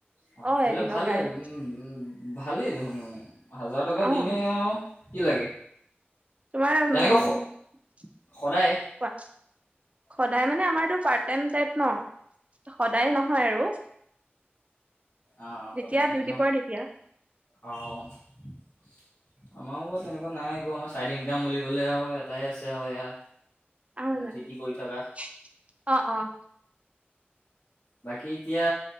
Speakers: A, on the left (about 70°); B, on the right (about 35°).
A: তেনেহলে
B: অ', এদিনৰ
A: ভালে
B: কাৰণে
A: উম', উম'। ভালেই দেখোন, হাজাৰ টকা
B: অ',
A: দিনে আও কি লাগে।
B: তোমাৰ, উম'
A: তেনেকৈ সদায়
B: কোৱা, সদায় মানে আমাৰটো পাৰ্টটাইপ ন', সদায় নহ আৰু
A: অ', সদায়
B: যেতিয়া
A: নহয়
B: ডিউটি
A: ন
B: পৰে তেতিয়া।
A: অ', <inaudible> আমাৰো বাৰু তেনেকুৱা নাই একো, আমাৰ চাইড ইনকাম বুলিবলে আৰু এটাই আছে আৰু এয়া।
B: <unintelligible>
A: যি টি কৰি থকা
B: অ', অ'।
A: বাকী এতিয়া,